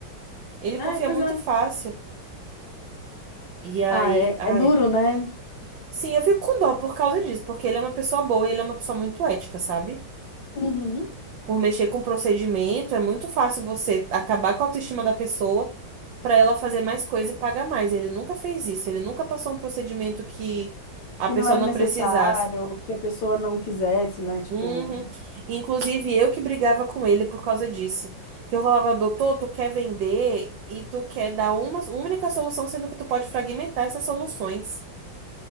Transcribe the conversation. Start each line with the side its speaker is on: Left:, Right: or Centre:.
Right: Ele
Left: É,
Right: confia
Left: pois
Right: muito
Left: é.
Right: fácil. E aí,
Left: Ah, é,
Right: ai.
Left: é duro, né?
Right: Sim, eu fico com dó por causa disso, porque ele é uma pessoa boa, e ele é uma pessoa muito ética, sabe?
Left: Uhum.
Right: Por mexer com procedimento, é muito fácil você acabar com a autoestima da pessoa pra ela fazer mais coisa e pagar mais. Ele nunca fez isso, ele nunca passou um procedimento que a
Left: Que
Right: pessoa
Left: não era
Right: não
Left: necessário,
Right: precisasse.
Left: que a pessoa não quisesse, né? Tipo,
Right: Uhum. Inclusive, eu que brigava com ele por causa disso. Que eu falava, doutor, tu quer vender e tu quer dar uma única solução, sendo que tu pode fragmentar essas soluções.